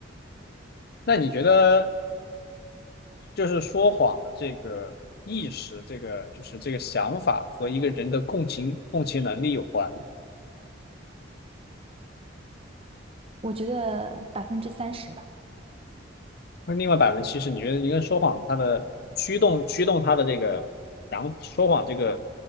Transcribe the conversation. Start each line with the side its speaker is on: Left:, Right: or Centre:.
Left: 那你觉得？就是说谎的这个意识，这个就是这个想法和一个人的共情共情能力有关。
Right: 我觉得百分之三十吧。
Left: 那另外百分之七十，你觉得一个人说谎，他的驱动驱动他的这个，然后说谎这个